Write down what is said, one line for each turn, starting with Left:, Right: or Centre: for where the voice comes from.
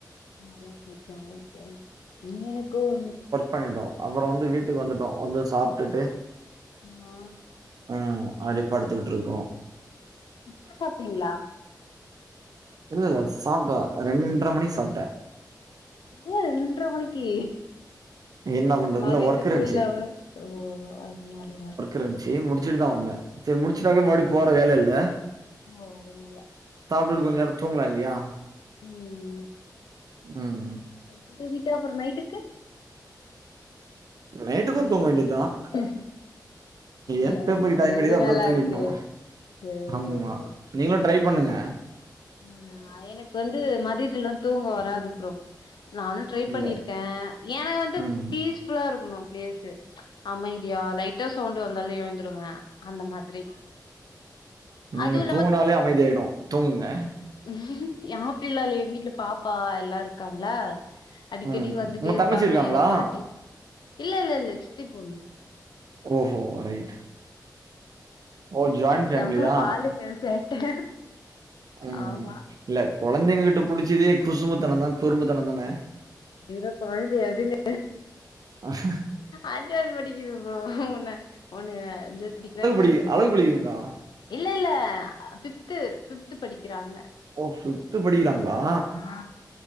Left: நல்லா போச்சா ஓகே ஓகே நீங்க எனக்கோ ஒன்னு
Right: பண்ணிட்டோ அப்பறோ வந்து வீட்டுக்கு வந்துட்டோ வந்து சாப்ட்டுட்டு
Left: ஆ
Right: ம் அப்டியே படுத்துக்கிட்டு இருக்கோ
Left: இப்ப சாப்ட்டீங்ளா
Right: இல்ல இல்ல சாப்ட்டே ரெண்ற மணிக்கு சாப்ட்டே
Left: ஏ ரெண்ற மணிக்கு
Right: என்ன பண்றது
Left: மதியத்துக்கு
Right: இல்ல ஒர்க் இருந்துச்சு.
Left: இல்லாம சோ அதனாலயா
Right: இருந்துச்சி முடிச்சுட்டுதா வந்தே செரி முடிச்சுட்டாக்க
Left: ஆ
Right: மறுபடி போற வேல இல்ல
Left: ஓ அதனால
Right: சாப்டுட்டு கொஞ்ச நேரோ தூங்கலா இல்லயா
Left: ம் ம்
Right: ம்
Left: இப்ப தூங்கிட்டா அப்பறோ நைட்டுக்கு
Right: நைட்டுக்கும் தூங்க வேண்டியது தான்
Left: ஹ நல்லா
Right: எப்ப
Left: உங்க
Right: எப்ப டைம் கிடைக்குதோ
Left: இது
Right: அப்பதான்
Left: நல்லா
Right: தூங்கிடணும்.
Left: இருக்கு சேரி
Right: ஆமா
Left: சேரிபா
Right: நீங்களும் ட்ரை பண்ணுங்க
Left: ஆனா எனக்கு வந்து மதித்துலாம் தூங்க வராது ப்ரோ நானும் ட்ரை
Right: இல்ல.
Left: பண்ணிருக்கேன் ஏன்ன வந்து
Right: ம்.
Left: பீஸ் ஃபுல்லா இருக்கணும் பிளேஸ்சு அமைதியா லைட்டா சவுண்ட் வந்தாலும் எழுந்துருவ அந்த மாதிரி
Right: நீங்க
Left: அதுவு
Right: தூங்குனாலே அமைதியா ஆய்டும் தூங்குங்க
Left: ம் எ மோப்பிள்ளாலே எ வீட்டல பாப்பா எல்லாம் இருக்காங்களா அடிக்கடி
Right: ம்.
Left: வந்துட்டே
Right: உங்க
Left: இருப்பாங்க
Right: தங்கச்சி இருக்காங்களா?
Left: எங்க பாட்டி இல்ல இல்ல இல்ல சித்தி பொண்ணு
Right: ஓஹோ ரைட் ஓ! ஜாயிண்ட்
Left: செம்ப
Right: ஃபேமிலியா?
Left: வாளுங்க சேட்ட
Right: ம்.
Left: ஆமா
Right: இல்ல குழந்தைங்க கிட்ட புடிச்சதே குசுபுத்தனம் தான் குரும்புத்தனம் தானே
Left: அதுங்க குழந்தையா அதுங்க
Right: ஆஹ
Left: அஞ்சாது படிக்குதுங்க ப்ரோ உண்ண ஒண்ணு அஞ்சாவது படிக்கிறாங்க
Right: அவ்ளோ படிக்ககுதுங்களா
Left: இல்ல இல்ல அ பிஃப்து பிஃப்து படிக்கிறாங்க
Right: ஓ சரி பிஃப்த்து படிக்கிறாங்களா
Left: ஆ